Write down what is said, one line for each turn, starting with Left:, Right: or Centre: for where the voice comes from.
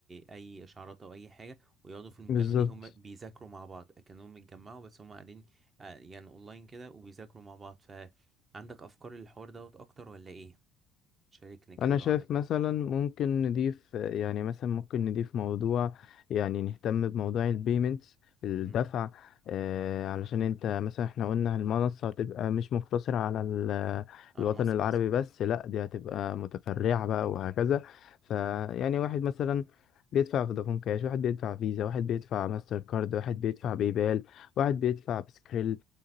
Right: أي إشعارات أو أي حاجة ويقعدوا في المكالمة
Left: بالظبط
Right: دي هم بيذاكروا مع بعض كأنهم اتجمعوا بس هم قاعدين آه، يعني أونلاين كده وبيذاكروا مع بعض فعندك أفكار للحوار دوت أكتر ولا إيه؟ شاركني كده
Left: انا
Right: لو
Left: شايف
Right: عندك
Left: مثلا
Right: أي أفكار
Left: ممكن نضيف يعني مثلا ممكن نضيف موضوع يعني نهتم بموضوع البيمنتس الدفع
Right: مم.
Left: آه علشان انت مثلا احنا قلنا المنصة هتبقى مش مقتصرة على ال-
Right: على
Left: الوطن
Right: مصر
Left: العربي
Right: مثلا
Left: بس لا دي هتبقى متفرعة بقى وهكذا فيعني
Right: مم.
Left: واحد مثلا بيدفع فودافون كاش واحد بيدفع فيزا واحد بيدفع ماستر كارد واحد بيدفع باي بال واحد بيدفع بسكريل